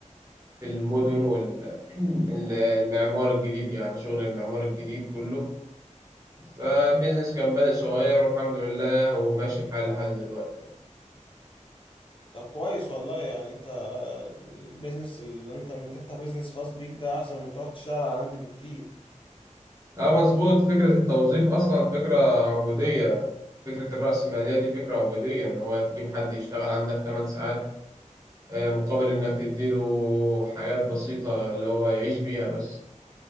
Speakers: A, on the right; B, on the left.
A: في المدن والمعمار <clears throat> الجديد يعني شغل المعمار الجديد كله فبيزنس كان بادئ صغير والحمد لله هو ماشي الحال لحد دلوقتي يعني
B: طب كويس والله يعني انت البيزنس اللي انت لما تفتح بيزنس خاص بيك ده احسن من تقعد تشتغل على عندي بكتير
A: اه مظبوط فكرة التوظيف أصلا فكرة عبودية فكرة الرأسمالية دي فكرة عبودية إن هو تجيب حد يشتغل عندك 8 ساعات آه، مقابل إنك تديله حاجات بسيطة اللي هو يعيش بيها بس